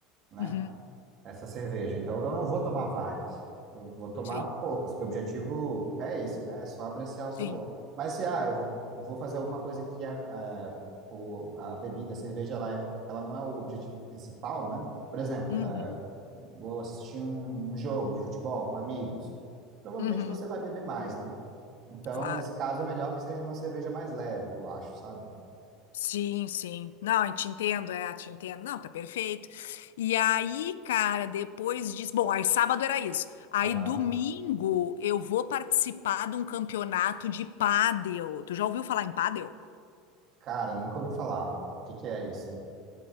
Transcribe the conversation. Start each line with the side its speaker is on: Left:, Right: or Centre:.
Right: né?
Left: Uhum,
Right: essa cerveja. Então, eu não vou tomar várias, eu vou tomar
Left: Sim,
Right: poucas, porque o objetivo é esse, né? É só apreciar o sabor.
Left: sim.
Right: Mas se ah, eu vou, vou fazer alguma coisa que a, a, o- a bebida, a cerveja, ela, é, ela não é o objetivo principal, né? Por exemplo,
Left: Uhum,
Right: eh, vou assistir um um jogo de futebol com amigos. Provavelmente
Left: uhum,
Right: você vai beber mais, né? Então,
Left: Claro.
Right: nesse caso, é melhor que seja uma cerveja mais leve, eu acho, sabe?
Left: Sim, sim. Não, eu te entendo, é, te entendo. Não, tá perfeito. E aí, cara, depois diz, bom, aí sábado era isso. Aí
Right: Aham.
Left: domingo eu vou participar de um campeonato de pádel. Tu já ouviu falar em pádel?
Right: Cara, nunca ouvi falar. O que que é isso?